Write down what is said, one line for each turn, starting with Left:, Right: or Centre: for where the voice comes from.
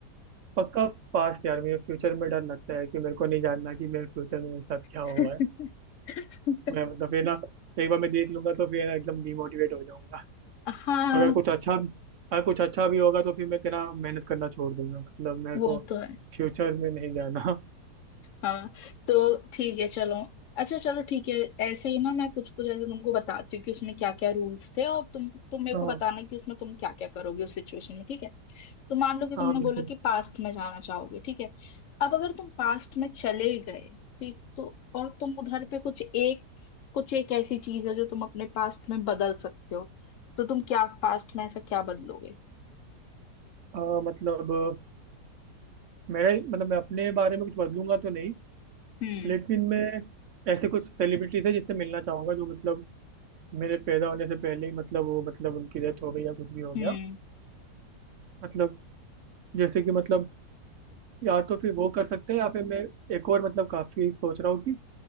Right: पक्का पास यार मुझे फ्यूचर में डर लगता है कि मेरे को नहीं जानना कि मेरे फ्यूचर में मेरे साथ क्या हुआ
Left: <laughs>
Right: है मैं मतलब फिर ना एक बार मैं देख लूंगा तो फिर ना एकदम डिमोटिवेट हो जाऊंगा
Left: हाँ
Right: अगर कुछ अच्छा अगर कुछ अच्छा भी होगा तो फिर मैं क्या मेहनत करना छोड़ दूंगा मतलब मेरे
Left: वो
Right: को
Left: तो है
Right: फ्यूचर में नहीं जाना
Left: हाँ तो ठीक है चलो अच्छा चलो ठीक है ऐसे ही ना मैं कुछ कुछ ऐसे तुमको बताती हूँ कि उसमें क्या क्या रूल्स थे और तुम तुम मेरे
Right: हाँ
Left: को बताना कि उसमें तुम क्या क्या करोगे उस सिचुएशन में ठीक है तो मान लो कि तुमने
Right: हाँ बिल्कुल
Left: बोला कि पास्ट में जाना चाहोगे ठीक है अब अगर तुम पास्ट में चले गए ठीक तो और तुम उधर पे कुछ एक कुछ एक ऐसी चीज है जो तुम अपने पास्ट में बदल सकते हो तो तुम क्या पास्ट में ऐसा क्या बदलोगे
Right: अ, मतलब मेरा मतलब मैं अपने बारे में कुछ बदलूंगा तो नहीं
Left: हम्म
Right: लेकिन मैं ऐसे कुछ सेलिब्रिटीज है जिससे मिलना चाहूंगा जो मतलब मेरे पैदा होने से पहले ही मतलब वो मतलब उनकी डेथ हो गई या कुछ भी हो गया
Left: हम्म
Right: मतलब जैसे कि मतलब या तो फिर वो कर सकते हैं या फिर मैं एक और मतलब काफी सोच रहा हूँ कि